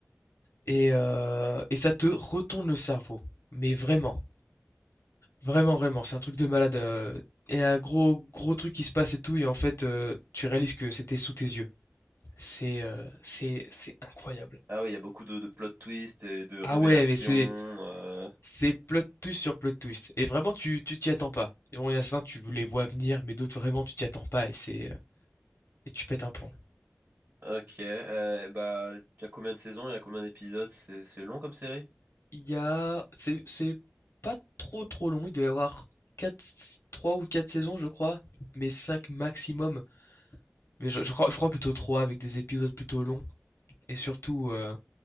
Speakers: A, on the left (about 65°); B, on the right (about 45°).
A: et heu et ça te retourne le cerveau, mais vraiment. Vraiment, vraiment, c'est un truc de malade. euh, et un gros, gros truc qui se passe et tout, et en fait, euh, tu réalises que c'était sous tes yeux. C'est, euh, c'est, c'est incroyable.
B: Ah oui il y a beaucoup de, de plot twists et de révélations.
A: Ah ouais, mais c'est,
B: euh,
A: c'est plot twist sur plot twist. Et vraiment, tu, tu t'y attends pas. Et bon, il y en a certains, tu les vois venir, mais d'autres, vraiment, tu t'y attends pas, et c'est, euh, et tu pètes un plomb.
B: Ok euh, bah il y a combien de saisons il y a combien d'épisodes c'est c'est long comme série?
A: Il y a, c'est, c'est pas trop, trop long. Il doit y avoir quatre, 3 ou 4 saisons, je crois, mais 5 maximum. Mais je, je crois, je crois plutôt 3 avec des épisodes plutôt longs. Et surtout, euh,